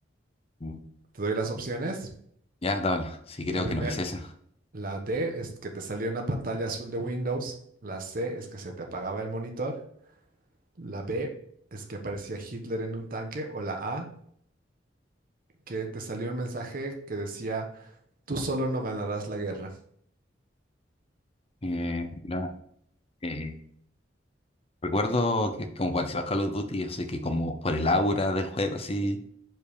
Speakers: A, on the left; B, on the right.
A: Mm.
B: Te doy las opciones.
A: Ya, dámela. Sí, creo
B: La primera,
A: que no hice esa.
B: la D es que te salía una pantalla azul de Windows. La C es que se te apagaba el monitor. La B es que aparecía Hitler en un tanque. O la A, que te salió un mensaje que decía, tú solo no ganarás la guerra.
A: Eh, mira, eh, recuerdo que como pareció a Call of Duty, así que como por el aura del juego, así,